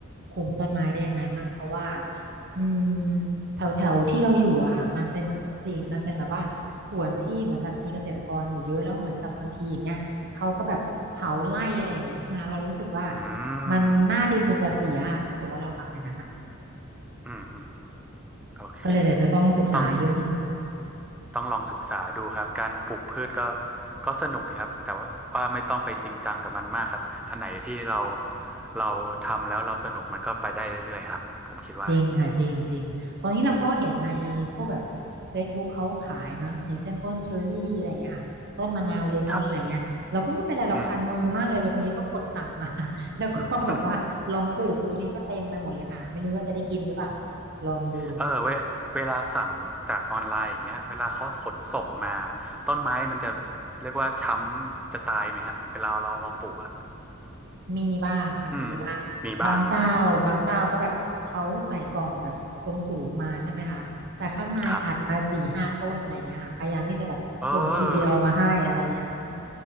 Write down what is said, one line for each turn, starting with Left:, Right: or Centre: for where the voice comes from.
Right: คุมต้นไม้ได้ยังไงมั่งเพราะว่าอืมแถวแถวที่เราอยู่อะค่ะมันเป็นสี่มันเป็นแบบว่าสวนที่เหมือนแบบมีเกษตรกรอยู่เยอะแล้วเหมือนกับบางทีอย่างเงี้ยเขาก็แบบเผาไร่อะไรอย่างงี้ใช่ไหมคะเรารู้สึกว่า
Centre: อืม
Right: มันหน้าดินมันจะเสียอะถ้าเกิดว่าเราทำอย่างนั้นอะ
Centre: อืมอืมโอเค
Right: ก็เลยเดี๋ยวจะต้องศึกษาเยอะนิดนึง
Centre: ต้อง ต้องลองศึกษาดูครับการปลูกพืชก็ก็สนุกครับแต่ว่าว่าไม่ต้องไปจริงจังกับมันมากครับอันไหนที่เราเราทำแล้วเราสนุกมันก็ไปได้เรื่อยๆครับผมคิดว่า
Right: จริงค่ะจริงจริงตอนนี้เราก็เห็นในพวกแบบ Facebook เขาขายเนาะอย่างเช่นต้นเชอร์รี่อะไรเงี้ยค่ะต้นมะนาวเลมอนอะไรเงี้ยเราก็ไม่รู้เป็นไรเราคันมือมากเลยเราบางทีก็กดสั่งมา
Centre: ครับอืม
Right: <laughs> แล้วก็แบบว่าลองปลูกดูนี่ก็เต็มไปหมดเลยค่ะไม่รู้ว่าจะได้กินหรือเปล่า
Centre: <laughs>
Right: ลองดู
Centre: เออเวเวลาสั่งจากออนไลน์อย่างเงี้ยเวลาเขาขนส่งมาต้นไม้มันจะเรียกว่าช้ำจะตายไหมฮะเวลาเราเอามาปลูกอ่ะ
Right: มีบ้างค่ะมีบ้างบางเจ้าบางเจ้าก็แบบเขาใส่กล่องแบบทรงสูงมาใช่ไหมคะแต่ข้างในอัดมาสี่ห้าต้นอะไรอย่างเงี้ยค่ะพยายามที่จะแบบส่งทีเดียวมาให้อะไรเงี้ยอืม
Centre: อืมมีบ้างนะครับเออ